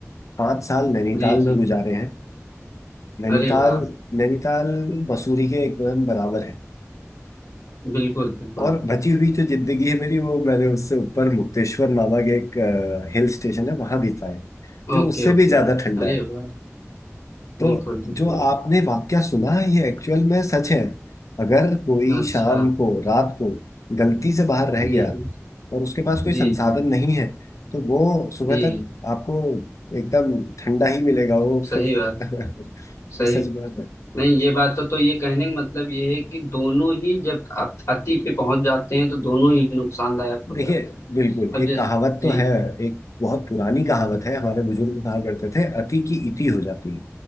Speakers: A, on the left (about 85°); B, on the left (about 70°).
A: पाँच साल नैनीताल
B: जी जी
A: में गुजारे हैं नैनीताल
B: अरे वाह
A: नैनीताल मसूरी के एकदम बराबर है
B: बिल्कुल बिल्कुल
A: और बची हुई जो जिंदगी है मेरी वो मैंने उससे ऊपर मुक्तेश्वर नामक एक हिल स्टेशन है वहां बिताई है जो
B: Okay
A: उससे
B: okay
A: भी ज्यादा ठंडा
B: अरे
A: है
B: वाह
A: तो
B: बिल्कुल बिल्कुल
A: जो आपने वाक्या सुना है ये एक्चुअल में सच है अगर कोई
B: अच्छा
A: शाम को रात को गलती से बाहर रह
B: जी
A: गया
B: जी
A: और उसके पास कोई
B: जी
A: संसाधन
B: जी
A: नहीं है तो वो सुबह
B: जी
A: तक आपको एकदम ठंडा ही मिलेगा वो
B: सही
A: फिर
B: बात
A: <laughs>
B: सही
A: ये सच
B: बात
A: बात
B: है
A: है
B: नहीं ये बात तो तो ये कहने का मतलब ये है कि दोनों ही जब आप अति पे पहुंच जाते हैं तो दोनों ही नुकसानदायक हो
A: देखिए
B: जाते हैं
A: बिल्कुल
B: अब
A: एक
B: जैसे
A: कहावत तो
B: जी
A: है एक बहुत पुरानी कहावत है हमारे बुजुर्ग कहा करते थे अति की इति हो जाती है